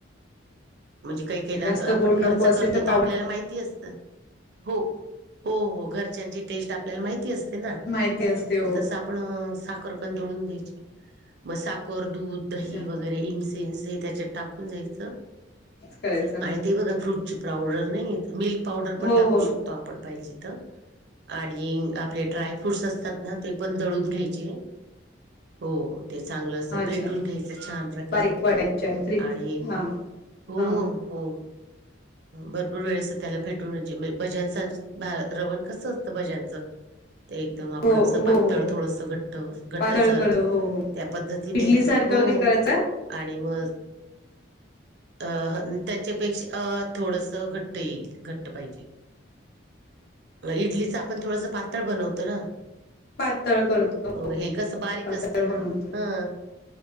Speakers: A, on the right; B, on the left.
A: म्हणजे काही काही
B: जास्त
A: आता आपण
B: गोड
A: घरच
B: नको असेल
A: करतो
B: पाव
A: तर आपल्याला माहित. हो हो.. घरच्यांची टेस्ट आपल्याला माहिती असंत. तेना
B: माहिती असते हो
A: मग तसं आप. पण साखर पण दळून घ्यायची. मग साखर दही
B: अच्छा
A: वगैरे इसं तिन्स हे तेच्यात टाकून जायचं
B: करायचा
A: आणि ते बघा फ्रूटची पावडर नाहीेत. मिल्क पावडर पण
B: हो
A: टाकू
B: हो
A: शकतो. आपण पाहिजे तर आणि. आपले ड्रायफ्रूट्स असतात ना, ते पण दळून घ्यायचे. हो ते चांगलं
B: हा
A: असतं,
B: अच्छा
A: फेटून घ्यायचं छान प्रकारे.
B: बारीक वाटायच्या फ्री
A: आणि
B: हा
A: हो
B: हा
A: हो.. भरपूर वेळेस. त्याला फेटून म्हणजे भज्यां रवण कसं असतं भज्यांचं. ते एकदम आपण
B: हो
A: असं
B: हो
A: पातळ
B: हो
A: थोडंसं घट्ट घट्टसर.
B: पातळ कर हो हो
A: त्या पद्धतीने
B: इडली
A: हो
B: सारखं वगैरे करायचा
A: आणि मग. अह त्याच्यापेक्षा अ थोडसं घट्ट येईल. घट्ट पाहिजे. इडलीचं आपण थोडंसं पातळ बनवतो ना.
B: पातळ करतो
A: हो हे कसं बारीक
B: पातळ
A: असतं
B: बनवतो
A: ना. हं..